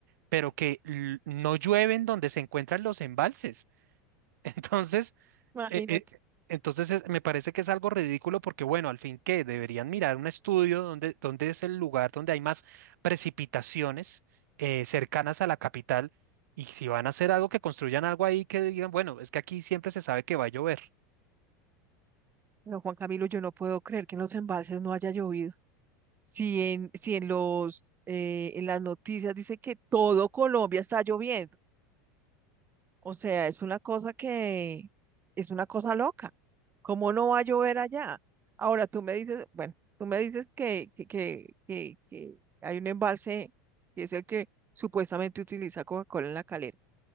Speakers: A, on the right; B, on the right.
A: pero que l- no llueven donde se encuentran los embalses. <laughs> Entonces,
B: imagínate.
A: eh, eh, entonces es- me parece que es algo ridículo porque, bueno, al fin que deberían mirar un estudio donde, donde es el lugar donde hay más precipitaciones eh, cercanas a la capital. Y si van a hacer algo, que construyan algo ahí que digan, bueno, es que aquí siempre se sabe que va a llover.
B: No, Juan Camilo, yo no puedo creer que en los embalses no haya llovido. Si en, si en los, eh, en las noticias dice que todo Colombia está lloviendo. O sea, es una cosa que, es una cosa loca. ¿Cómo no va a llover allá? Ahora tú me dices, bueno, tú me dices que, que, que, que, que hay un embalse que es el que supuestamente utiliza Coca-Cola en la calera.